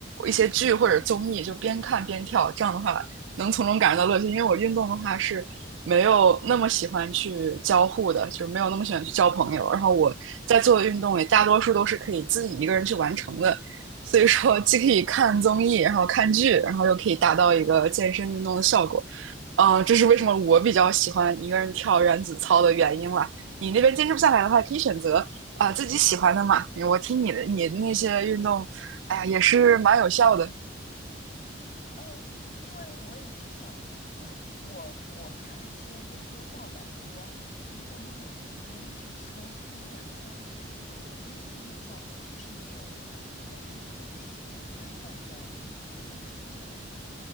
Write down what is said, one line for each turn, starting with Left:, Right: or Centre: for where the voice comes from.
Right: 一些剧或者综艺，就边看边跳，这样的话能从中感受到乐趣。因为我运动的话是没有那么喜欢去交互的，就是没有那么喜欢去交朋友，然后我在做的运动也大多数都是可以自己一个人去完成的。所以说既可以看综艺，然后看剧，然后又可以达到一个健身运动的效果。嗯、呃这是为什么我比较喜欢一个人跳燃脂操的原因啦。你那边坚持不下来的话，可以选择啊、呃自己喜欢的嘛。我听你的，你的那些运动，哎呀，也是蛮有效的。
Left: 呃，因为我也是想，就是我我看了一些研究报道说，如果你每天只抽出一两个小时运动，那个运动效果其实没有你把这个运动时间分散在每天的日常中。